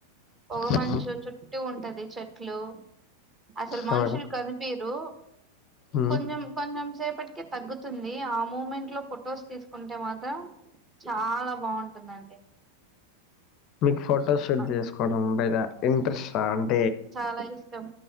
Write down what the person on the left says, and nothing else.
మ్మ్
ఆ
మేడం
మ్మ్
మీ ఫ ఫోటోషూట్
చేసుకోవడం బే ఇంద్రశాంత